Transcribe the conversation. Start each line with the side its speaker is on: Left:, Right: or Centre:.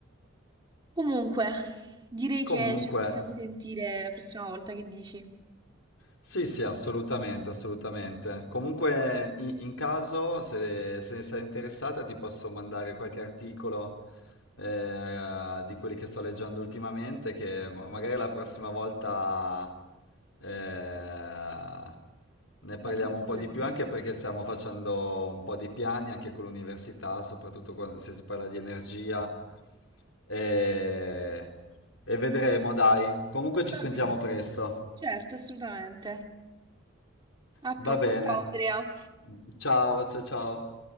Right: Comunque, direi che
Left: Comunque,
Right: ci possiamo sentire la prossima volta, che dici?
Left: Sì, sì, assolutamente, assolutamente. Comunque, in, in caso, se, se sei interessata, ti posso mandare qualche articolo eh, di quelli che sto leggendo ultimamente, che ma- magari la prossima volta eh, ne parliamo
Right: Approfondiamo.
Left: un po' di più, anche perché stiamo facendo un po' di piani anche con l'università, soprattutto quan- se si parla di energia. E, e vedremo, dai. Comunque ci
Right: Va
Left: sentiamo
Right: bene.
Left: presto.
Right: Certo, assolutamente. A posto,
Left: Va bene.
Right: ciao Andrea.
Left: Ciao, ciao, ciao.